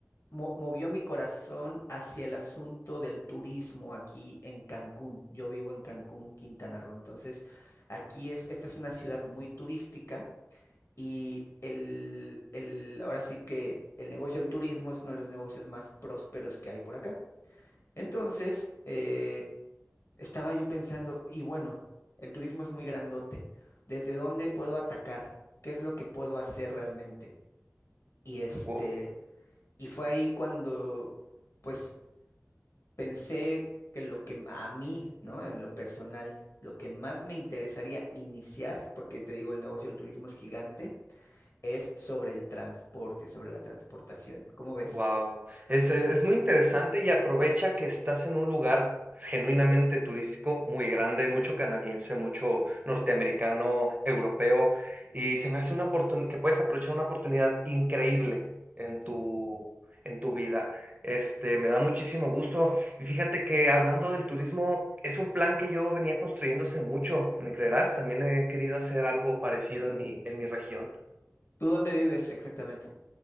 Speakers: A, on the left; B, on the right.
A: mo- movió mi corazón hacia el asunto del turismo aquí en Cancún. Yo vivo en Cancún, Quintana Roo. Entonces, aquí es, esta es una ciudad muy turística y el, el, ahora sí que el negocio del turismo es uno de los negocios más prósperos que hay por acá. Entonces, eh, estaba yo pensando, y bueno, el turismo es muy grandote. ¿Desde dónde puedo atacar? ¿Qué es lo que puedo hacer realmente? Y este...
B: O,
A: Y fue ahí cuando, pues, pensé que lo que a mí, ¿no? En lo personal, lo que más me interesaría iniciar, porque te digo, el negocio del turismo es gigante, es sobre el transporte, sobre la transportación. ¿Cómo ves?
B: Wow, es, eh, es muy interesante y aprovecha que estás en un lugar genuinamente turístico muy grande, mucho canadiense, mucho norteamericano, europeo, y se me hace una oportunidad que puedes aprovechar una oportunidad increíble en tu, en tu vida. Este, me da muchísimo gusto. Y fíjate que hablando del turismo, es un plan que yo venía construyéndose mucho, ¿me creerás? También he querido hacer algo parecido en mi, en mi región.
A: ¿Tú dónde vives exactamente?